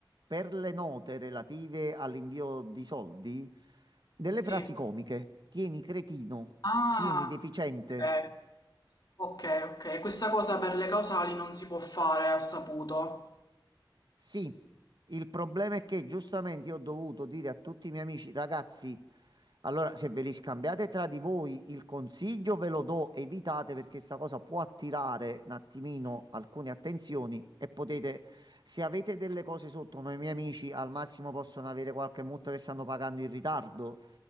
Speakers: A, on the right; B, on the left.
A: per le note relative all'invio di soldi delle
B: Sì.
A: frasi comiche. Tieni cretino,
B: Ah,
A: tieni deficiente.
B: ok. Ok, ok. Questa cosa per le causali non si può fare, ho saputo.
A: Sì, il problema è che giustamente io ho dovuto dire a tutti i miei amici, ragazzi, allora se ve li scambiate tra di voi il consiglio ve lo do, evitate perché sta cosa può attirare un attimino alcune attenzioni e potete, se avete delle cose sotto, ma i miei amici al massimo possono avere qualche multa che stanno pagando in ritardo,